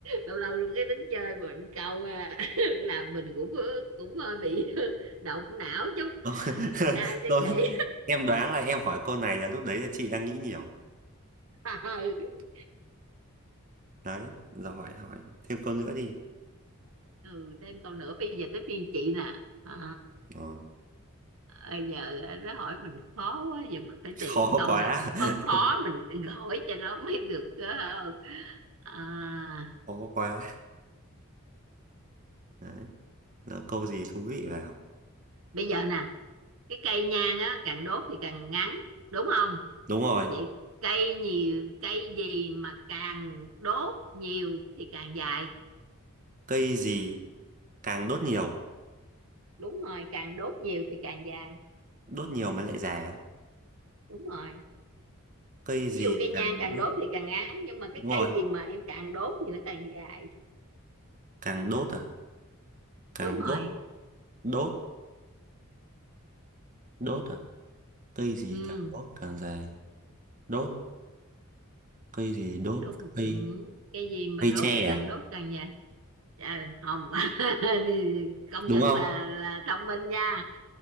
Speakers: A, on the right; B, on the right.
A: lâu lâu nữa cái tính chơi mình câu à, <laughs> làm mình cũng cũng hơi bị <laughs> động não chút
B: Đố- <laughs>
A: mình đang suy
B: rồi
A: nghĩ
B: em đoán là em hỏi câu này là lúc đấy là chị đang nghĩ nhiều
A: <laughs>
B: đấy rồi hỏi hỏi thêm câu nữa đi
A: ừ thêm câu nữa bây giờ tới phiên chị nè à,
B: Ờ,
A: bây giờ nó hỏi mình khó quá giờ mình phải
B: khó
A: tìm cái câu
B: quá
A: nào mình khó
B: <laughs>
A: khó mình <laughs> hỏi cho nó mới được ờ. à,
B: khó quá đấy Lỡ câu gì thú vị vào
A: bây giờ nè cái cây nhang á càng đốt thì càng ngắn đúng không
B: đúng rồi
A: vậy cây nhiều cây gì mà càng đốt nhiều thì càng dài
B: cây gì càng đốt nhiều
A: đúng rồi càng đốt nhiều thì càng dài
B: đốt nhiều mới lại dài à?
A: đúng rồi
B: cây gì
A: ví dụ cây nhang
B: càng
A: càng
B: đốt
A: đốt thì càng ngắn nhưng mà cái
B: đúng
A: cây
B: rồi
A: gì mà em càng đốt thì nó càng dài
B: càng đốt à càng
A: đúng
B: đốt
A: rồi
B: đốt đốt à cây gì
A: ừ
B: càng đốt càng dài đốt cây gì đốt
A: đúng
B: cây
A: ừ. cây gì mà
B: cây
A: đốt
B: tre
A: càng
B: à
A: đốt càng dài Trời, không <laughs> công
B: đúng
A: nhận
B: không
A: là là thông minh nha